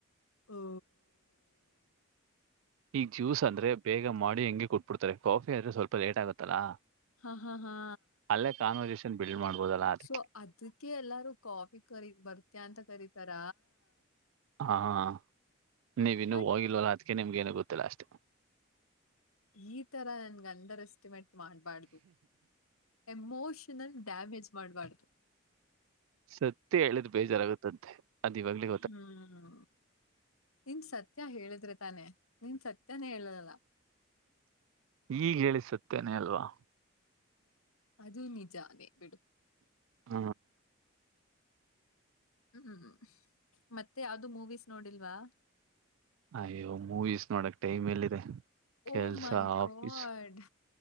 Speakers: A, on the left; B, on the right.
A: ಹೊ
B: ಈಗ ಜ್ಯೂಸ್ ಅಂದ್ರೆ ಬೇಗ ಮಾಡಿ ಹೆಂಗೆ ಕೊಟ್ಬಿಡ್ತಾರೆ ಕಾಫಿ ಅಂದ್ರೆ ಸ್ವಲ್ಪ ಲೇಟ್ ಆಗುತ್ತಲ್ಲಾ.
A: ಹಾ ಹಾ ಹಾ
B: ಅಲ್ಲೇ ಕಾನ್ವರ್ಜಷನ್ ಬಿಲ್ಡ್ ಮಾಡ್ಬೋದಲ್ಲ ಅದಕ್ಕೆ.
A: ಸೊ ಅದಕ್ಕೆ ಎಲ್ಲಾರು ಕಾಫಿ ಕರಿ ಬರ್ತೀಯ ಅಂತ ಕರಿತರ.
B: ಹ ನೀವು ಇನ್ನೂ
A: ಬಟ್
B: ಹೋಗಿಲ್ವಲ್ಲ ಅದಕ್ಕೆ ನಿಮ್ಗೇನ ಗೊತ್ತಿಲ್ಲ ಅಷ್ಟು.
A: ಈ ತರ ನನ್ಗೆ ಅಂಡರ್ ಎಸ್ಟಿಮೇಟ್ ಮಾಡ್ಬಾರ್ದು. ಎಮೋಷನಲ್ ಡ್ಯಾಮೇಜ್ ಮಾಡಬಾರ್ದು.
B: ಸತ್ಯ ಹೇಳಿದ್ ಬೇಜಾರಾಗುತ್ತಂತೆ. ಅದಇವಾಗ್ಲೆ
A: ಹ್ಮ್ ನಿನ್ ಸತ್ಯ ಹೇಳಿದ್ರೆ ತಾನೇ ನಿನ್ ಸತ್ಯಾನೇ ಹೇಳಲಲ.
B: ಈಗ್ ಹೇಳಿದ್ ಸತ್ಯನೇ ಅಲ್ವಾ.
A: ಅದು ನಿಜಾನೆ ಬಿಡು.
B: ಹ
A: ಹ್ಮ್ ಮತ್ತೆ ಯಾವ್ದು ಮೂವೀಸ್ ನೋಡಿಲ್ವಾ.
B: ಅಯ್ಯೋ ಮೂವೀಸ್ ನೋಡಕ್ ಟೈಮ್ ಎಲ್ಲಿದೆ. ಕೆಲ್ಸ
A: ಓ ಮೈ ಗಾಡ್.
B: ಆಫೀಸ್